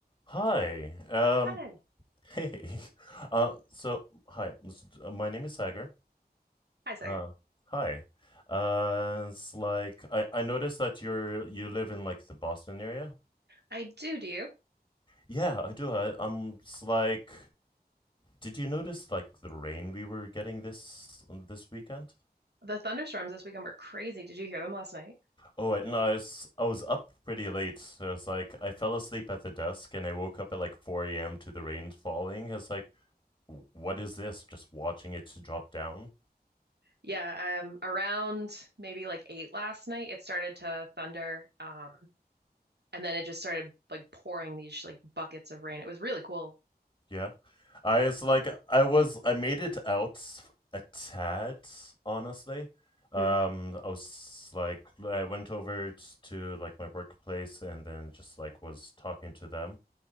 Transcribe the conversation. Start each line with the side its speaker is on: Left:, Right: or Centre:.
Left: Hi. Um,
Right: Hi.
Left: <laughs> hey. Uh, so, hi. s- uh, My name is Sagar.
Right: Hi, Sagar.
Left: Uh, hi. Uh, it's like I I noticed that you're you live in like the Boston area.
Right: I do, do you?
Left: Yeah, I do. I, I'm. It's like, did you notice like the rain we were getting this uh, this weekend?
Right: The thunderstorms this weekend were crazy. Did you hear them last night?
Left: Oh, I, no, I was I was up pretty late. So it's like I fell asleep at the desk and I woke up at like 4 a.m. to the rain falling. It's like, "W- what is this? Just watching it to drop down.
Right: Yeah, um, around maybe like eight last night, it started to thunder, um, and then it just started like pouring these like buckets of rain. It was really cool.
Left: Yeah. I was like I was I made it out a tad, honestly. Um
Right: Mm,
Left: I was like I went over to like my workplace and then just like was talking to them